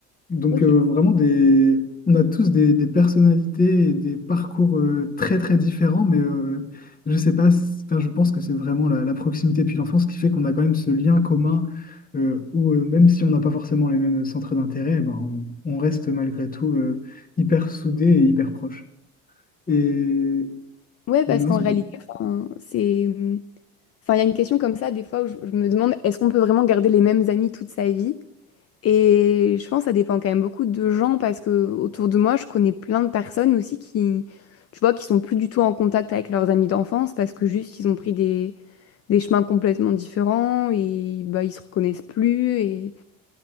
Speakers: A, on the left; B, on the left.
A: Donc
B: Ok.
A: euh, vraiment des, on a tous des, des personnalités et des parcours euh, très très différents, mais euh, je sais pas, c- enfin, je pense que c'est vraiment la, la proximité depuis l'enfance qui fait qu'on a quand même ce lien commun euh, où euh, même si on n'a pas forcément les mêmes centres d'intérêt, eh ben, on, on reste malgré tout euh, hyper soudés et hyper proches. Et
B: Ouais, parce
A: euh, non,
B: qu'en
A: c'est
B: réalité,
A: tout.
B: enfin, c'est Enfin, il y a une question comme ça, des fois, où je, je me demande, est-ce qu'on peut vraiment garder les mêmes amis toute sa vie? Et je pense que ça dépend quand même beaucoup de gens, parce que autour de moi, je connais plein de personnes aussi qui, tu vois, qui sont plus du tout en contact avec leurs amis d'enfance, parce que juste, ils ont pris des, des chemins complètement différents, et bah, ils se reconnaissent plus, et,